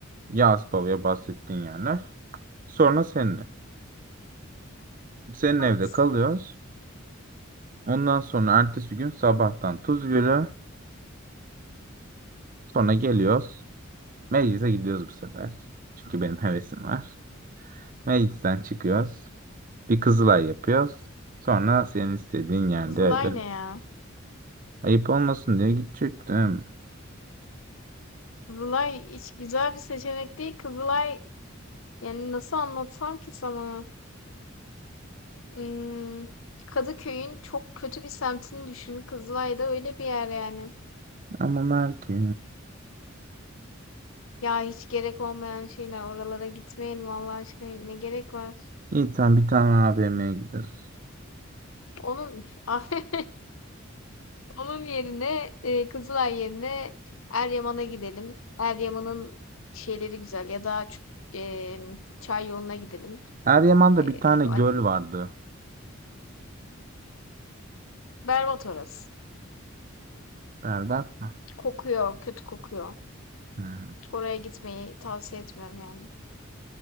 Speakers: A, on the right; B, on the left.
A: Yağız Pava'ya bahsettiğin yerler. Sonra seninle. Senin
B: Evet.
A: evde kalıyoruz. Ondan sonra ertesi gün sabahtan Tuzgölü, Sonra geliyoruz. Meclise gidiyoruz bu sefer. Çünkü benim hevesim var. Meclisten çıkıyoruz. Bir Kızılay yapıyoruz. Sonra senin istediğin yerde
B: Kızılay
A: öyle.
B: ne ya?
A: Ayıp olmasın diye gidecektim.
B: Kızılay hiç güzel bir seçenek değil. Kızılay yani nasıl anlatsam ki sana? Im, Kadıköy'ün çok kötü bir semtini düşün. Kızılay da öyle bir yer yani.
A: Ama Merke.
B: Ya hiç gerek olmayan şeyler. Oralara gitmeyin vallahi aşkına. Ne gerek var?
A: İyi tamam bir tane AVM'ye gideriz.
B: Onun <laughs> onun yerine e, Kızılay yerine Eryaman'a gidelim. Eryaman'ın şeyleri güzel ya da Ç- e, çay yoluna gidelim.
A: Eryaman'da
B: E,
A: bir tane
B: hani
A: göl vardı.
B: berbat orası.
A: Berbat mı?
B: Kokuyor, kötü kokuyor.
A: Hmm,
B: Oraya gitmeyi tavsiye etmiyorum yani.